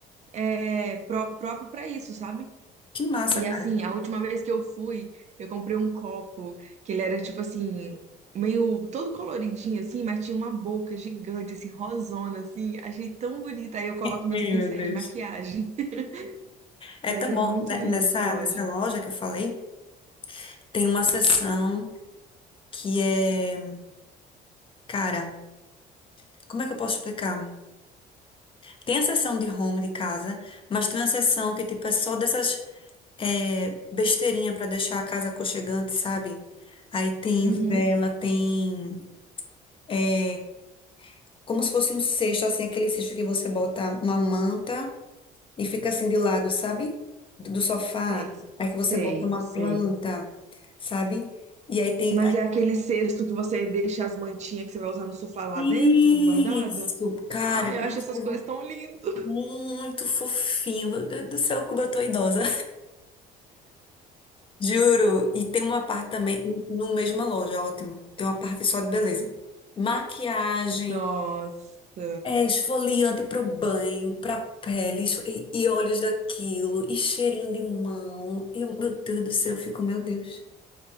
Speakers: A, on the right; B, on the left.
A: é, pró próprio para isso, sabe?
B: que massa,
A: E
B: cara.
A: assim, a última vez que eu fui, eu comprei um copo que ele era tipo assim, meio todo coloridinho assim, mas tinha uma boca gigante, assim, rosona, assim. Achei tão bonita. Aí eu coloco
B: <laughs>
A: meus
B: Ei,
A: pincéis
B: meu Deus.
A: de maquiagem. <laughs>
B: É
A: Mas
B: tão
A: é
B: bom.
A: muito
B: Ne-
A: linda
B: Nessa,
A: essa loja.
B: nessa loja que eu falei, tem uma seção que é. Cara, como é que eu posso explicar? Tem a seção de home de casa, mas tem uma seção que tipo, é só dessas. é, besteirinha pra deixar a casa aconchegante, sabe? Aí tem
A: Uhum,
B: vela, tem é, como se fosse um cesto, assim, aquele cesto que você bota uma manta e fica assim de lado, sabe? Do, do sofá.
A: sei,
B: Aí que você
A: sei,
B: bota uma
A: sei.
B: planta, sabe? E aí tem.
A: Mas
B: aí-
A: é aquele cesto que você deixa as mantinhas que você vai usar no sofá lá
B: Isso,
A: dentro, guardado?
B: cara,
A: Ai, eu
B: nossa,
A: acho essas coisas tão lindas.
B: muito fofinho. Meu Deus do céu, como eu tô idosa. Juro, e tem uma parte também, no mesma loja, ótimo. Tem uma parte só de beleza. Maquiagem,
A: Nossa.
B: é esfoliante pro banho, pra pele, esfo- e, e olhos daquilo, e cheirinho de mão. Eu, meu Deus do céu, eu fico, meu Deus.